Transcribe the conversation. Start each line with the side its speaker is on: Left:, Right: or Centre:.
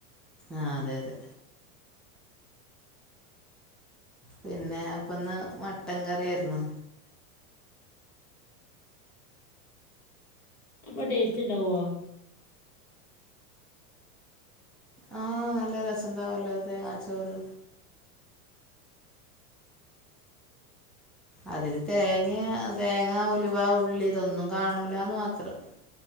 Centre: ആ അതെ അതെ. പിന്നെ അപ്പൊ ഇന്ന് മട്ടൻ കറിയായിരുന്നു.
Left: അപ്പൊ ടേസ്റ്റ് ഉണ്ടാവോ?
Centre: ആ നല്ല രസം ഉണ്ടാവല്ലോ തേങ്ങാ ചോറ് അതില് തേങ്ങ, തേങ്ങാ ഉലുവ ഉള്ളി ഇതൊന്നും കാണൂലന്ന് മാത്രം.